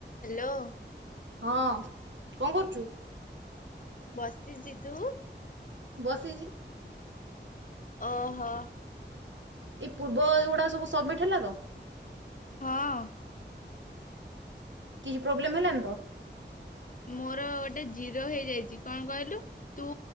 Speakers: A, on the left; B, on the right.
A: Hello.
B: ହଁ କଣ କରୁଚୁ?
A: ବସିଚି ତୁ?
B: ବସିଚି।
A: ଓହୋ।
B: ଏଇ ପୂର୍ବ ଏଗୁଡ଼ା ସବୁ ସଵ୍ ମିଟ ହେଲା ତ।
A: ହଁ।
B: କିଛି ପ୍ରୋବ୍ଲେମ ହେଲାନି ତ?
A: ମୋର ଗୋଟେ ଜିରୋ ହେଇଯାଇଛି କଣ କହିଲୁ? ତୁ